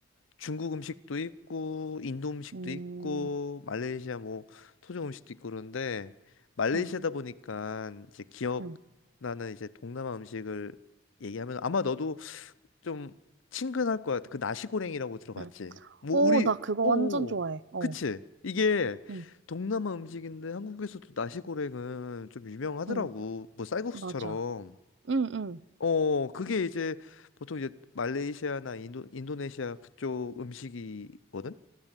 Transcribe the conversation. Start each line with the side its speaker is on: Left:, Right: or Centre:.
Left: 중국 음식도 있고 인도 음식도
Right: 음,
Left: 있고 말레이시아 뭐 토종 음식도 있고 그런데 말레이시아다
Right: 응,
Left: 보니까 이제 기억나는
Right: 응,
Left: 이제 동남아 음식을 얘기하면 아마 너도 좀 친근할 거야. 그 나시고랭이라고 들어봤지?
Right: 응.
Left: 뭐
Right: 오,
Left: 우리
Right: 나 그거
Left: 오
Right: 완전 좋아해. 어.
Left: 그치? 이게
Right: 응,
Left: 동남아 음식인데 한국에서도 나시고랭은 좀 유명하더라고.
Right: 응.
Left: 뭐 쌀국수처럼.
Right: 맞아. 응, 응.
Left: 어, 그게 이제 보통 이제 말레이시아나 인도, 인도네시아 그쪽 음식이거든?